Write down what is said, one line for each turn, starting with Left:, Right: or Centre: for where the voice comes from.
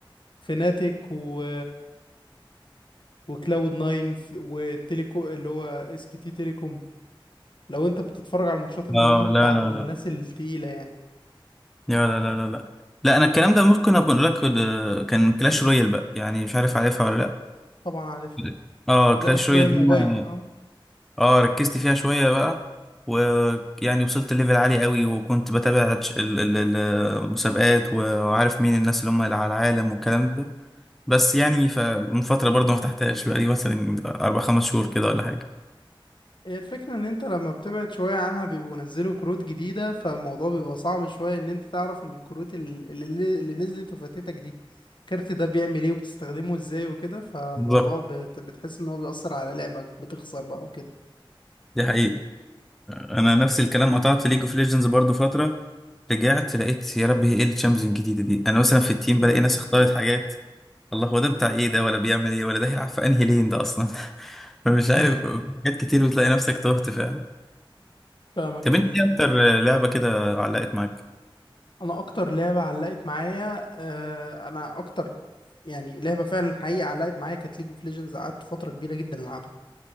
Left: فيناتيك و وكلاود ناين ف- وتيليكو اللي هو اس كي تي تيليكوم لو انت بتتفرج على الماتشات اللي
Centre: اه
Left: هم بتاعت
Centre: لا لا
Left: الناس
Centre: لا
Left: التقيلة يعني
Centre: لا لا لا لا لا لا انا الكلام ده ممكن اكون لك كنت- كان كلاش رويال بقى يعني مش عارف عارفها ولا لا
Left: طبعا عارف
Centre: لا. اه كلاش
Left: لا شراء
Centre: رويال
Left: الموبايل
Centre: دي أنا-
Left: اه
Centre: اه ركزت فيها شويه بقى ويعني وصلت ليفل عالي قوي وكنت بتابع تش- ال- ال- ال- المسابقات وعارف مين الناس اللي هم اللي على العالم والكلام ده بس يعني فمن فتره برضه ما فتحتهاش بقى لي مثلا اربع خمس شهور كده ولا حاجه
Left: هي الفكرة ان انت لما بتبعد شوية عنها بيبقوا نزلوا كروت جديدة فالموضوع بيبقى صعب شوية ان انت تعرف الكروت ال- اللي, اللي نزلت وفاتتك دي الكارت ده بيعمل ايه وبتستخدمه ازاي وكده فالموضوع
Centre: بالظبط
Left: بت... بتحس ان هو بيأثر على لعبك بتخسر بقى وكده
Centre: دي حقيقة انا نفس الكلام قطعت ليج اوف ليجندز برضو فتره رجعت لقيت يا ربي هي ايه الشامبيونز الجديده دي انا مثلا في التيم
Left: <laughs>
Centre: بلاقي ناس اختارت حاجات الله هو ده بتاع ايه ده ولا بيعمل ايه ولا ده هيلعب في انهي لين ده اصلا <laughs> فمش عارف
Left: ايوه
Centre: حاجات كتير بتلاقي نفسك تهت فعلا
Left: فاهمك
Centre: طب
Left: اكيد
Centre: انت ايه اكتر لعبه كده علقت معاك
Left: انا اكتر لعبة علقت معايا آه انا اكتر يعني لعبة فعلا حقيقة علقت معايا كانت ليج اوف ليجندز قعدت فترة كبيرة جدا العبها